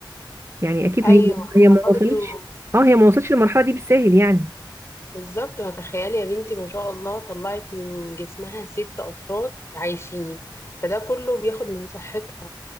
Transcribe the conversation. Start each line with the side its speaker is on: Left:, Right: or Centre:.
Right: يعني أكيد
Left: ايوه
Right: هي هي
Left: انا
Right: ما
Left: برضو
Right: وصلتش اه هي ما وصلتش للمرحلة دي بالساهل يعني
Left: بالظبط هتخيلي يا بنتي ما شاء الله طلعت من جسمها ست افراد عايشين فده كله بياخد من صحتها